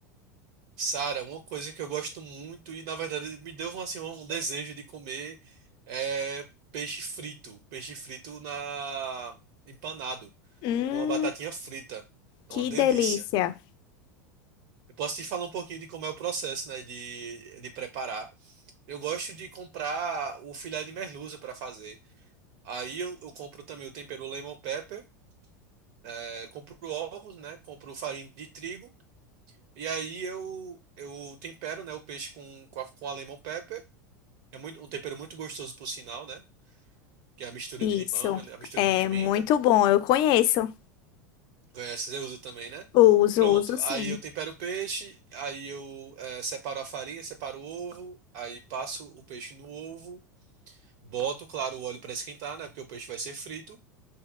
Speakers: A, on the right; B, on the left.
A: Sara, uma coisa que eu gosto muito e na verdade me deu assim, um um desejo de comer é peixe frito. Peixe frito na empanado
B: Hum,
A: com a batatinha frita.
B: que
A: É uma delícia.
B: delícia.
A: Eu posso te falar um pouquinho de como é o processo, né, de, de preparar. Eu gosto de comprar o filé de merluza para fazer. Aí eu, eu compro também o tempero lemon pepper, é, compro ovos, né? Compro farinha de trigo. E aí eu, eu tempero, né, o peixe com, com a, com a lemon pepper. É muito, um tempero muito gostoso, por sinal, né? Que é a mistura
B: Isso.
A: de limão, ele- a mistura
B: É
A: de pimenta.
B: muito bom, eu conheço.
A: Conhece, eu uso também, né?
B: Uso,
A: Pronto,
B: uso sim.
A: aí eu tempero o peixe, aí eu é, separo a farinha, separo o ovo, aí passo o peixe no ovo, boto, claro, o óleo para esquentar, né? Porque o peixe vai ser frito.